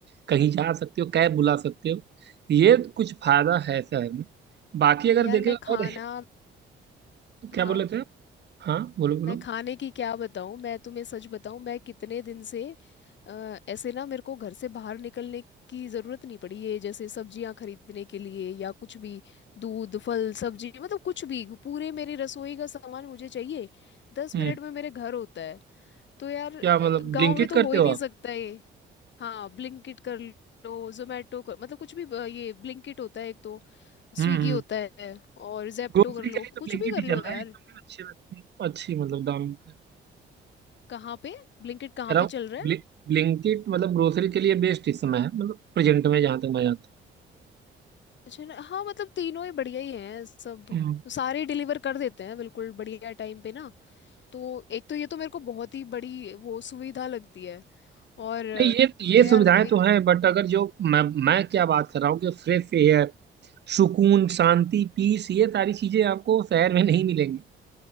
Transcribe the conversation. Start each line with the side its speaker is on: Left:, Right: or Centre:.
Right: कहीं जा सकते हो कैब बुला सकते हो ये कुछ फायदा है शहर में बाकी अगर
Left: यार
Right: देखें
Left: मैं
Right: और
Left: खाना
Right: है- क्या
Left: हाँ
Right: बोल लेते हैं हाँ बोलो बोलो
Left: मैं खाने की क्या बताऊं मैं तुम्हें सच बताऊं मैं कितने दिन से अ, ऐसे ना मेरे को घर से बाहर निकलने की ज़रूरत नहीं पड़ी है जैसे सब्जियां खरीदने के लिए या कुछ भी दूध फल सब्जी मतलब कुछ भी पूरे मेरी रसोई का सामान मुझे चाहिए दस
Right: हम्म
Left: मिनट में मेरे घर होता है तो यार अ,
Right: क्या मतलब
Left: गांव
Right: ब्लिंकिट
Left: में तो
Right: करते
Left: हो ही
Right: हो
Left: नहीं
Right: आप
Left: सकता ये हाँ ब्लिंकिट कर लो जोमेटो कर मतलब कुछ भी अ, ये ब्लिंकिट होता है एक तो स्विगी
Right: हम्म हम्म
Left: होता है और जेप्टो
Right: ग्रोसरी
Left: कर लो
Right: के लिए तो
Left: कुछ
Right: ब्लिंकिट
Left: भी कर
Right: ही
Left: लो
Right: चल रहा
Left: यार
Right: है इस समय अच्छे अच्छी मतलब दाम पे
Left: कहाँ पे ब्लिंकिट कहाँ
Right: कह रहा
Left: पे
Right: हूँ
Left: चल रहा है
Right: ब्लि, ब्लिंकिट मतलब ग्रोसरी के लिए बेस्ट इस समय है मतलब प्रेजेंट में जहाँ तक मैं जानता
Left: अच्छा ना हाँ मतलब तीनों ही बढ़िया ही हैं सब
Right: हूँ
Left: तो सारे डिलीवर कर देते हैं बिल्कुल बढ़िया टाइम पे ना तो एक तो ये तो मेरे को बहुत ही बड़ी वो सुविधा लगती है और
Right: नहीं ये ये
Left: तो यार
Right: सुविधाएं
Left: वही
Right: तो हैं बट अगर जो मैं मैं क्या बात कर रहा हूँ कि फ्रेश एयर सुकून शांति पीस ये सारी चीजें आपको शहर में नहीं मिलेंगी